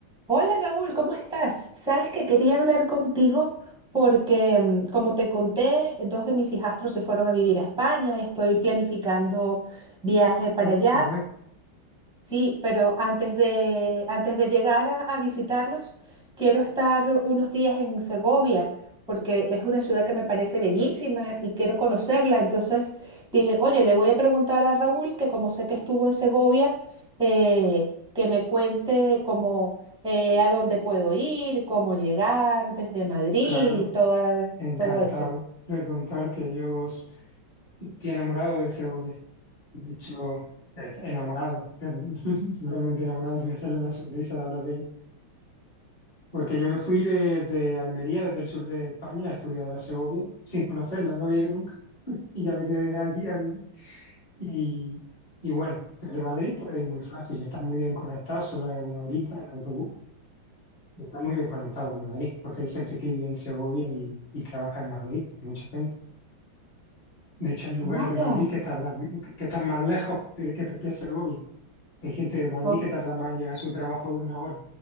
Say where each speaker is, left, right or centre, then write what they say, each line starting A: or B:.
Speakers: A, in the centre; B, on the left.
A: Hola Raúl, ¿cómo estás? Sabes que quería hablar contigo porque, mm, como te conté, dos de mis hijastros se fueron a vivir a España y estoy planificando viaje para
B: Ah,
A: allá
B: qué guay.
A: Sí, pero antes de, antes de llegar a, a visitarlos, quiero estar unos días en Segovia, porque es una ciudad que me parece bellísima y quiero conocerla. Entonces dije, oye, le voy a preguntar a Raúl, que como sé que estuvo en Segovia, eh, que me cuente como eh, a dónde puedo ir, cómo llegar desde Madrid
B: Claro,
A: y toda,
B: encantado
A: todo eso.
B: de contarte. Yo s- estoy enamorado de Segovia. De hecho, est- enamorado, real- <laughs> totalmente enamorado. Se me sale la sonrisa de hablar de ella. Porque yo me fui desde Almería, desde el sur de España, a estudiar a Segovia, sin conocerla, no había ido nunca. Y ya me quedé allí a vivir. Y, y bueno, desde Madrid pues es muy fácil, está muy bien conectado, solo es una horita en autobús. Está muy bien conectado con Madrid, porque hay gente que vive en Segovia y, y trabaja en Madrid, mucha gente. De hecho, hay lugares
A: No,
B: de Madrid
A: ya.
B: que tardan, que están más lejos de- que propia Segovia. Hay gente de Madrid
A: No.
B: que tarda más en llegar a su trabajo de una hora,